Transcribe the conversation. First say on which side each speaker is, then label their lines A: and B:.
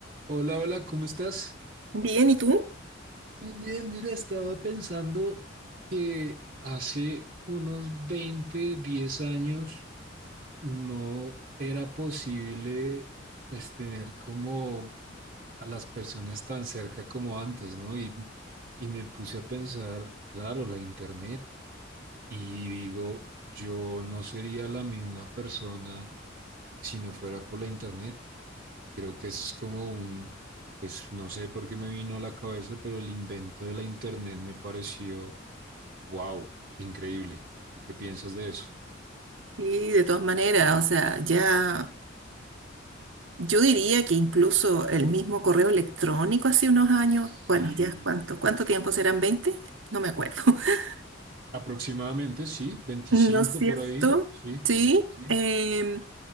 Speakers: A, on the right; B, on the right.
A: Hola, hola, ¿cómo estás?
B: Bien, ¿y tú?
A: Muy bien, mira, estaba pensando que hace unos 20 10 años no era posible pues tener como a las personas tan cerca como antes, ¿no? Y, y me puse a pensar, claro, la internet. Y digo, yo no sería la misma persona si no fuera por la internet. Creo que eso es como un, pues no sé por qué me vino a la cabeza, pero el invento de la internet me pareció, wow, increíble. ¿Tú qué piensas de eso?
B: Sí, de todas maneras, o sea, ya yo diría que incluso el mismo correo electrónico hace unos años,
A: Sí.
B: bueno, ya cuánto, ¿cuánto tiempo serán? veinte No me acuerdo. <laughs>
A: Aproximadamente, sí, 25
B: ¿No es cierto?
A: por ahí. Sí,
B: Sí.
A: sí, sí, sí.
B: em,